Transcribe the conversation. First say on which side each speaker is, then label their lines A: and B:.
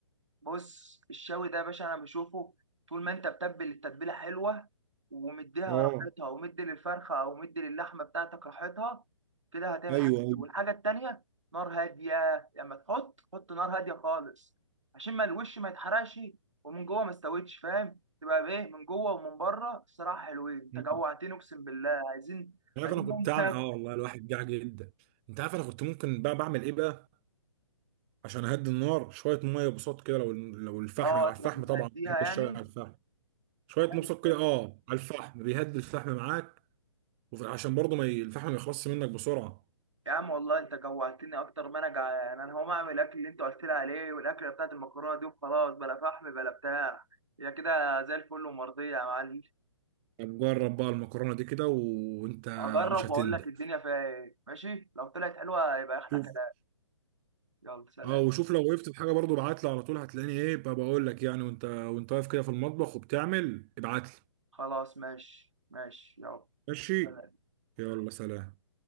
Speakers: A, on the right; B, on the right.
A: بص الشاوي ده يا باشا انا بشوفه طول ما انت بتبل التتبيله حلوه ومديها
B: اه
A: راحتها ومدي للفرخه او مدي للحمه بتاعتك راحتها كده هتعمل
B: ايوه
A: حاجه حلوة. والحاجه التانيه نار هاديه لما تحط حط نار هاديه خالص عشان ما الوش ما يتحرقش ومن جوه ما استويتش فاهم تبقى بايه من جوه ومن بره الصراحه حلوين انت
B: مم.
A: جوعتني اقسم بالله عايزين
B: عارف
A: عايزين
B: انا كنت
A: نقوم
B: اعمل
A: ناكل
B: اه والله الواحد جاع جدا انت عارف انا كنت ممكن بقى بعمل ايه بقى عشان اهدي النار شويه ميه بصوت كده لو لو الفحم
A: اه
B: على
A: تروح
B: الفحم
A: مهديها
B: طبعا بحب
A: يعني
B: الشاي على الفحم شويه
A: حلو
B: مبسط
A: ده
B: كده اه على الفحم بيهدي الفحم معاك وفي- عشان برضه ما ي- الفحم ما يخلصش منك بسرعه
A: يا عم والله انت جوعتني اكتر ما انا جعان انا هقوم اعمل الاكل اللي انت قلت لي عليه والاكله بتاعت المكرونه دي وخلاص بلا فحم بلا بتاع هي كده زي الفل ومرضيه يا معلم
B: طب جرب بقى المكرونه دي كده وانت
A: اجرب
B: مش هتندم
A: واقول لك الدنيا فيها ايه ماشي لو طلعت حلوه يبقى احلى
B: شوف
A: كلام يلا سلام
B: اه وشوف لو وقفت في حاجه برضه ابعت لي على طول هتلاقيني ايه بقى بقول لك يعني وانت وانت واقف كده في المطبخ وبتعمل ابعت لي
A: خلاص ماشي ماشي يلا
B: ماشي
A: سلام.
B: يلا سلام